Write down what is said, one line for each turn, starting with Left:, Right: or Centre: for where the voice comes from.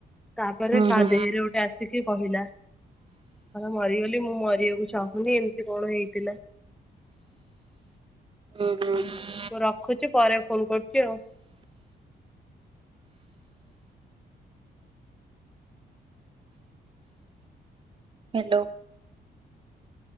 Centre: ତା ପରେ
Right: ହୁଁ
Centre: କା
Right: ହୁଁ
Centre: ଦେହରେ ଗୋଟେ ଆସିକି କହିଲା, କହିଲା ମରିଗଲ ମୁଁ ମରିବାକୁ ଚାହୁଁନି ଏମିତି କଣ ହେଇଥିଲା।
Right: ଉଁ ହୁଁ।
Centre: ରଖୁଚି ପରେ ଫୋନ କରୁଚି ଆଉ।
Right: ହ୍ୟାଲୋ।